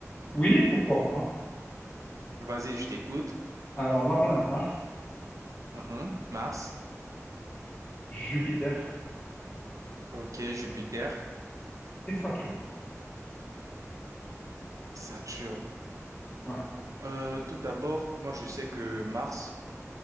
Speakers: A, on the left; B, on the right.
A: oui, pourquoi pas.
B: Vas-y, je t'écoute.
A: Alors, la planète Mars,
B: Mhm. Mars.
A: Jupiter
B: OK, Jupiter.
A: et Saturne.
B: Saturne.
A: Ouais.
B: Euh, tout d'abord, moi, je sais que Mars,